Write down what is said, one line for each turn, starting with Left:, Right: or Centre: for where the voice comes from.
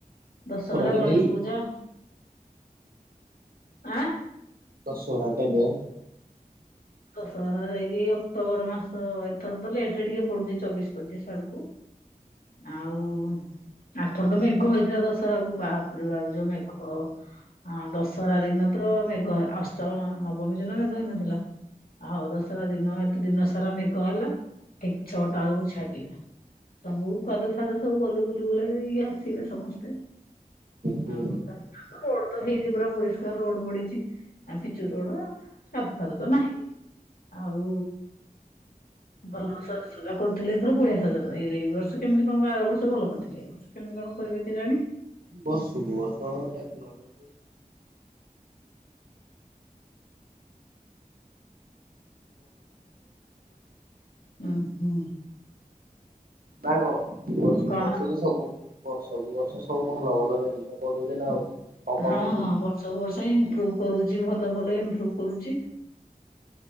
Left: ଦଶହରା
Right: କେବେ
Left: ଗଣେଶ
Right: କି?
Left: ପୂଜା। ଆଁ
Right: ଦଶହରା କେବେ?
Left: ଦଶହରା ଯାଇକି ଅକ୍ଟୋବୋର ମାସ ଏଥର ତ ଲେଟ୍ ରେ ଟିକେ ପଡୁଚି ଚବିଶ ପଚିଶି ଆଡୁକୁ। ଆଉ ଆର ଥର ତ ମେଘ ହୋଇଥିଲା ଦଶହରା କୁ ବାପରେ ବାପ୍ ଯୋଉ ମେଘ। ହଁ ଦଶହରା ଦିନ ତ ମେଘ ଅଷ୍ଟମ ନବମୀ ଦିନ ମେଘ ହେଇନଥିଲା। ଆଉ ଦଶରା ଦିନ ଏନ୍ତି ଦିନ ସାରା ମେଘ ହେଲା ଠିକ ଛଅଟା ଆଳୁକୁ ଛାଡିଲା। ସବୁ କାଦୁଅ ଫାଦୁଅରେ ସବୁ ଗୁଲୁ ବୁଲିବୁଲାଇ ଦେଇକି ଆସିଲେ ସମସ୍ତେ।
Right: ହୁଁ
Left: ଆଉ ରାସ୍ତା ତ ରୋଡ୍ ତ ହେଇଯି ପୁରା ପରିଷ୍କାର ରୋଡ୍ ପଡିଚି ଆଁ ପିଚୁ ରୋଡ୍ କାଦୁ ଫାଦୁ ତ ନାହିଁ। ଆଉ ଭଲ ସଜସଜା କରୁଥୁଲେ ଏଥର ବଢିଆ ସାଜସଜା ଏଇ ଏଇ ବର୍ଷ କେମିତି କଣ ଆର ବର୍ଷ ଭଲ କରିଥିଲେ ଏଇ ବର୍ଷ କେମିତି କଣ। କରିବେ କେଜାଣି।
Right: ବର୍ଷ କୁ ବର୍ଷ ଟେକ୍ନୋଲୋଜି <unintelligible>
Left: ଉଁହୁଁ।
Right: ନା କଣ ବର୍ଷୁକୁ
Left: କଣ
Right: ବର୍ଷକୁ ସବୁ ବର୍ଷକୁ ବର୍ଷ ସବୁ ଭଲ ଭଲ ଜିନିଷ ଗଢ଼ିବେ ନା ଆଉ। କଣ କମୁଛି
Left: ହଁ ହଁ
Right: କି?
Left: ବର୍ଷକୁ ବର୍ଷ ଇମ୍ପ୍ରୋଭ କରୁଚି ଭଲ ଭଲ ଇମ୍ପ୍ରୁଭ କରୁଛି।